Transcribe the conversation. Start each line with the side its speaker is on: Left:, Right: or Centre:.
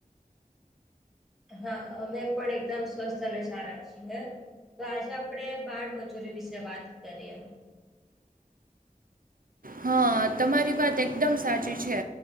Centre: હા અમે પણ એકદમ સ્વસ્થ અને સારા છીએ હે. તો આજે આપણેે બાળમજૂરી વિશે વાત કરીએ.
Right: હા તમારી વાત એકદમ સાચી છે.